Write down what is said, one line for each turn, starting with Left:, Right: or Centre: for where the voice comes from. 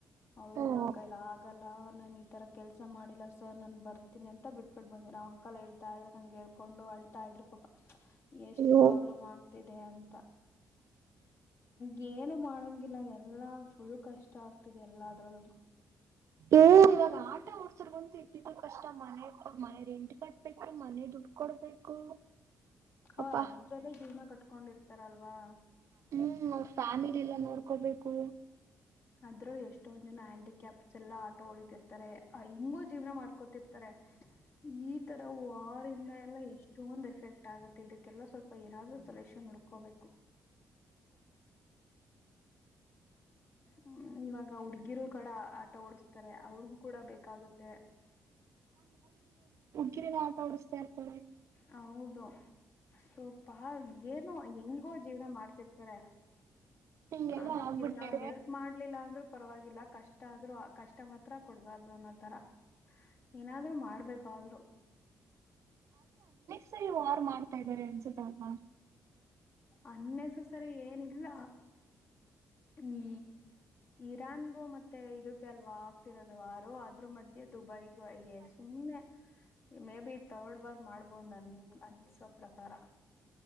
Left: ಅವ್ರು
Right: ಓ
Left: ನಂಕೈಲಾಗಲ್ಲ ನಾನ್ ಈತರ ಕೆಲ್ಸ ಮಾಡಿಲ್ಲ ಸರ್ ನಾನ್ ಬರ್ತೀನಿ ಅಂತ ಬಿಟಿಬಿಬಂದಿ ಅವಂಕಲ್ ಏಳ್ ಳ್ತಾದ್ರು ನಂಗೇಳ್ಕೊಂಡು ಅಳ್ತಾಯಿದ್ರು ಪಾಪಾ ಎಷ್ಟ್
Right: ಅಯ್ಯೋ
Left: ಪ್ರಾಬ್ಲಮ್ ಆಗ್ತಿದೆ ಅಂತ ಗೇನು ಮಾಡಂಗಿಲ್ಲ ಎಲ್ಲಾ ಫುಲ್ ಕಷ್ಟ ಆಗ್ತಿದೆ ಎಲ್ಲದ್ರಲ್ಲೂನು
Right: ಊ ಇವಗಾಟ ಓಡ್ಸೋರ್ಗಂತೂ ಇದ್ದಿದ್ದೂ ಕಷ್ಟ ಮನೆ ಮನೆ ರೆಂಟ್ ಕಟ್ಬೇಕು ಮನೆ ದುಡ್ ಕೊಡ್ಬೇಕು
Left: ಹಾ
Right: ಅಪ್ಪಾ
Left: ಅದ್ರಲ್ಲೇ ಜೀವ್ನ ಕಟ್ಕೊಂಡಿರ್ತಾರಲ್ವಾ
Right: ಹ್ಮ್ ಅವ್ರ್ ಫ್ಯಾಮಿಲಿಲ್ಲಾ ನೋಡ್ಕೋಬೇಕು
Left: ಆದ್ರು ಎಷ್ ಷ್ಟೊಂದ್ ಜನ ಹ್ಯಾಂಡಿಕ್ಯಾಪ್ಸ್ ಎಲ್ಲಾ ಆಟೋ ಓಡಿತಿರ್ತಾರೆ ಆ ಹಿಂಗೋ ಜೀವನ ಮಾಡ್ಕೊತಿರ್ತಾರೆ ಈತರ್ ವಾರಿಂದ ಎಲ್ಲ ಎಷ್ಟೊಂದೆಫೆಕ್ಟಾಗುತ್ತೆ ಇದಕ್ಕೆಲ್ಲ ಸ್ವಲ್ಪ ಏನಾದ್ರೂ ಸೆಲ್ಯೂಷ್ <inaudible> ಕೋಬೇಕು <inaudible> ಹ್ಮ ಇವಾಗ ಹುಡ್ಗಿರು ಕಡ ಆಟ ಓಡಸ್ತಾರೆ ಅವ್ರಿಗು ಕೂಡ ಬೇಕಾಗತ್ತೆ
Right: ಕಿರಿ ನಾವು ತೋಡಿಸತಾ ಇರ್ಕೋಿ
Left: ಹೌದು ಸ್ವಪ ಏನುೋ ಹೆಂಗೋ ಜೀವನ ಮಾಡ್ತಿರ್ತಾರೆ
Right: ಹಿಂಗೆಲ್ಲಾ
Left: ಅದಕ್ಕೆ
Right: ಆಗ್ಬಿಟ್ರೆ
Left: ನಾವ್ ಹೆಲ್ಪ್ ಮಾಡ್ಲಿಲ್ಲ ಅಂದ್ರೂ ಪರವಾಗಿಲ್ಲ ಕಷ್ಟ ಆದ್ರು ಕಷ್ಟ ಮಾತ್ರ ಕೊಡಬಾರ್ದು ಅನ್ನೋ ತರ ಏನಾದ್ರು ಮಾಡ ಮಾಡ್ಬೇಕಾದ್ರು
Right: ನೀವು ವಾರು ಮಾಡ್ತಾ ಇದ್ದಾರೆ ಅನ್ಸುತ್ತ ಅಲ್ವಾ
Left: ಅನ್ನೆಸೆಸರಿ ಏನಿಲ್ಲ ಈ ಇರಾನ್ಗೂ ಮತ್ತೆ ಇದಕ್ಕೆ ಅಲ್ವಾ ಆಗ್ತಿರೋದು ವಾರೋ ಆದ್ರೂ ಮಧ್ಯೆ ದುಬೈಗೂ ಅಯ ಸುಮ್ಮ್ನೆ ಮೇ ಬಿ ಥರ್ಡ್ ವಾರ್ ಮಾಡ್ಬೋದು ನಂಗ್ ಅನ್ಸೋ ಪ್ರಕಾರ